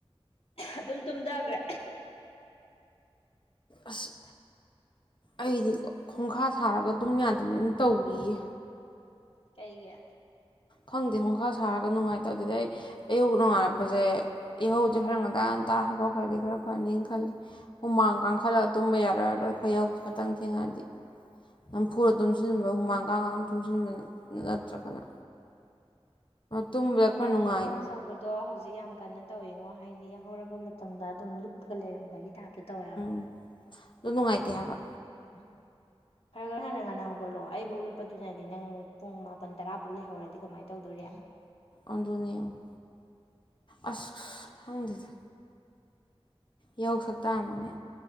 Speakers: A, on the left; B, on the left.
A: ꯑꯗꯨꯝ ꯇꯨꯝꯗꯒꯔꯦ
B: ꯑꯁ ꯑꯩꯗꯤꯀꯣ ꯈꯣꯡꯈꯥ ꯁꯥꯔꯒ ꯇꯨꯝ ꯌꯥꯗꯕꯤ ꯑꯝ ꯇꯧꯔꯤꯌꯦ
A: ꯀꯩꯒꯤ
B: ꯈꯪꯗꯦ ꯈꯣꯡꯈꯥ ꯁꯥꯔꯒ ꯅꯨꯡꯉꯥꯏꯇꯗꯨꯗꯩ ꯑꯌꯨꯛ ꯅꯣꯡꯉꯥꯜꯂꯞꯄꯥꯖꯦ ꯌꯥꯍꯧꯖꯦ ꯈꯔ ꯉꯟꯇꯥ ꯉꯟꯇꯥ ꯍꯧꯒꯠꯈ꯭ꯔꯗꯤ ꯈꯔ ꯐꯅꯤ ꯈꯜꯂꯤ ꯍꯨꯃꯥꯡ ꯀꯥꯡꯈꯠꯂ ꯇꯨꯝꯕ ꯌꯥꯔꯑꯔꯣꯏ ꯈꯌꯧ ꯈꯇꯪ ꯊꯦꯡꯉꯑꯗꯤ ꯅꯝꯐꯨꯨꯔ ꯇꯨꯝꯁꯤꯟꯕ ꯍꯨꯃꯥꯡ ꯀꯥꯡ ꯑꯗꯨꯝ ꯇꯨꯝꯖꯤꯟꯕ ꯅꯠꯇ꯭ꯔꯒꯅ ꯇꯨꯝꯕꯗ
A: ꯍꯨꯃꯥꯡ
B: ꯈꯔ ꯅꯨꯡꯉꯥꯏ
A: ꯍꯨꯃꯥꯡ ꯁ ꯁꯧꯕꯗꯣ ꯍꯧꯖꯤꯛ ꯌꯥꯝ ꯀꯟꯅ ꯇꯧꯋꯤꯉꯣ ꯍꯥꯏꯗꯤ ꯌꯥꯍꯧꯔꯛꯄ ꯃꯇꯝꯗ ꯑꯗꯨꯝ ꯂꯨꯞꯄꯒ ꯂꯩꯔꯝꯕꯒꯤ ꯇꯥꯏꯞꯇ ꯇꯧꯋꯦ ꯍꯥꯏꯕ
B: ꯎꯝ ꯗꯨ ꯅꯨꯉꯥꯏꯇꯦ ꯍꯥꯏꯕ
A: <unintelligible> ꯈꯔꯒ ꯉꯟꯅ ꯉꯟꯅ ꯍꯧꯒꯠꯂꯣ ꯑꯩꯕꯧ ꯂꯨꯞꯄꯗꯨꯅꯗꯤ ꯅꯪ ꯄꯨꯡ ꯃꯥꯄꯟ ꯇꯔꯥꯕꯧ ꯂꯩꯍꯧꯔꯗꯤ ꯀꯃꯥꯏ ꯇꯧꯗꯣꯔꯤ
B: ꯑꯗꯨꯨꯅꯦ ꯌꯦꯡꯉꯨ ꯑꯁ ꯈꯪꯗꯦꯗ ꯌꯧ ꯁꯛꯇꯥꯃꯛꯅꯦ